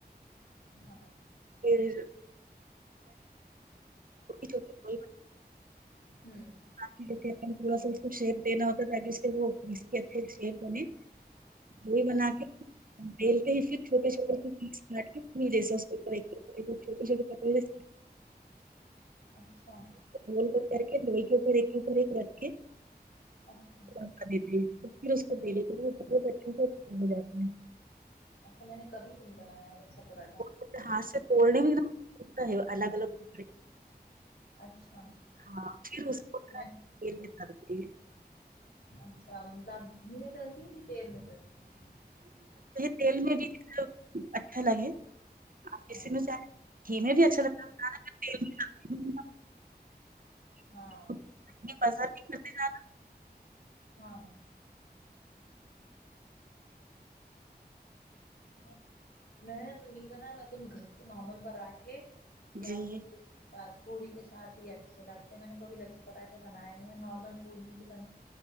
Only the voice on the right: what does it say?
جز <inaudible> چ <inaudible>
تھوڑا سا اس کو شیپ دینا ہوتا تاکہ اس کے بھی اچھے شیپ بنے وہی بنا
کے بیلتے ہی پھر چھوٹے چھوٹے جیس چھوٹیے چھوٹیے
ب <inaudible> ج کے ل کر کر کے ج
جی پ اس کو د کےچے سے جات
پھر ہاتھ سے توڑنے میں اتنا ہے الگ الگ ک
ہاں پھر کو
ج
تیل میں بھی اچھا لگے
اس میںاہ گھی میں بھی اچھا لگتای
اتنی پسند نہیں کرتے جدا <inaudible>
جی